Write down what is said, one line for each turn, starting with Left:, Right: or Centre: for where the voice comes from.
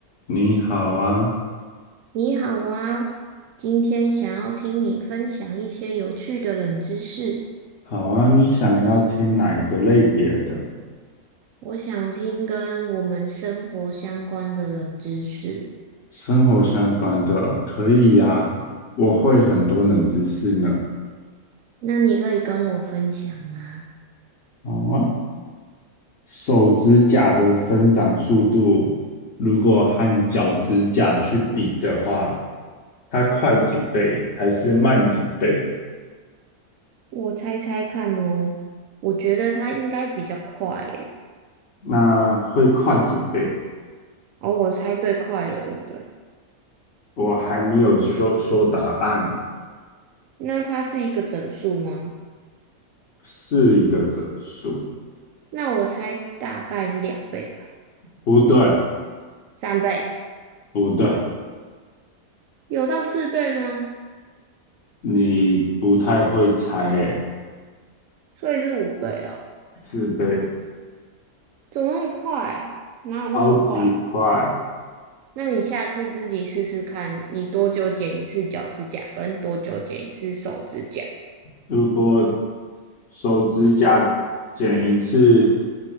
Left: 你好啊，
Right: 你好啊，今天想要听你分享一些有趣的冷知识，
Left: 好啊，你想要听哪一个类别的？
Right: 我想听跟我们生活相关的冷知识，
Left: 生活相关的可以呀，我会很多冷知识呢。
Right: 那你可以跟我分享吗？
Left: 好啊，手指甲的生长速度，如果和脚趾甲去比的话，它快几倍还是慢几倍？
Right: 我猜猜看哦，我觉得它应该比较快耶。
Left: 那会快几倍？
Right: 哦，我猜对快了，对不对？
Left: 我还没有说说答案，
Right: 那它是一个整数吗？
Left: 是一个整数。
Right: 那我猜大概是两倍吧，
Left: 不对，
Right: 三倍，
Left: 不对。
Right: 有到四倍吗？
Left: 你不太会猜诶，
Right: 所以是五倍哦，
Left: 是被
Right: 怎么那么快？哪有那么快？
Left: 超级快。
Right: 那你下次自己试试看，你多久剪一次脚趾甲，跟多久剪一次手指甲？
Left: 如果手指甲剪一次